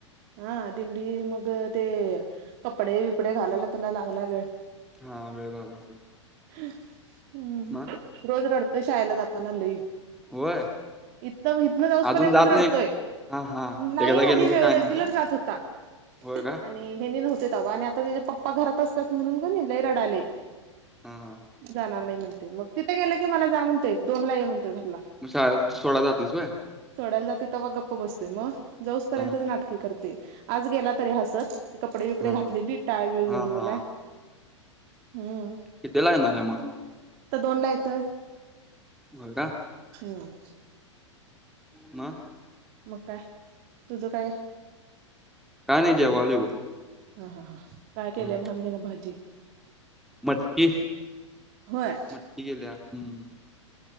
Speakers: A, on the right (about 40°); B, in the centre.
A: हा दिंडी मग ते कपडे बिपडे घालायला त्याला लागला वेळ.
B: हा वेळ झाला असेल.
A: हम्म
B: मग
A: रोज रडतोय शाळेला जाताना लई.
B: होय
A: इथ इथन जाऊस
B: अजून
A: पर्यंतच
B: जात
A: रडतोय
B: नाही हा हा
A: नाही
B: एकदा
A: आधी
B: गेलं की
A: व्ये
B: काय नाही
A: उलट
B: का
A: जात होता
B: होय का
A: आणि हेणी न्हवते तवा आणि आत आता त्याचे पप्पा घरात असतात म्हणून कणी लई रडालय.
B: हां हां.
A: जाणार नाही म्हणतोय मग तिथे गेलं की मला जा म्हणतोय दोन ला ये म्हणतोय घरला.
B: म शाळेत सोडायला जातीस व्हय?
A: सोडायला जातोय तवा गप्प बसतोय म जाऊस पर्यंतच
B: हा हा
A: नाटक की करतय आज गेला तरी हासत ते कपडे बिपडे
B: हा
A: घातलेली टाळबीळ घेऊन
B: हा हा
A: गेलाय हम्म
B: कितीला येणार आहे मग
A: त दोनला येतोय.
B: ओरडा
A: हम्म.
B: मं?
A: मग काय? तुझं काय?
B: काय नाही जेवालोय बघ.
A: हां हां हां हां काय केलंय
B: हम्म
A: मम्मी न भाजी?
B: मटकी
A: होय?
B: मटकी केल्या हम्म